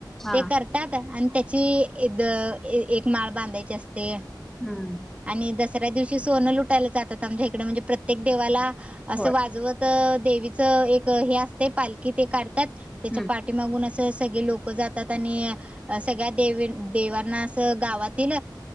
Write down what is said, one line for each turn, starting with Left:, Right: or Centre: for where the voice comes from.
Centre: हा
Right: ते करतात आणि त्याची ईद एक माळ बांधायची असते. ते
Centre: हम्म
Right: आणि दसऱ्या दिवशी ची सोन लुट यला जातात आमच्या इकडे म्हणजे प्रत्येक देवाला. असं
Centre: होय
Right: वाजवत त देवीचं एक हे असते पालखी ते का त्या त्याच्या
Centre: हम्म
Right: पाठी मागून अस त्या त सगळे लोक जातात आणि सगळ्या देवीन देवांना अस गावातील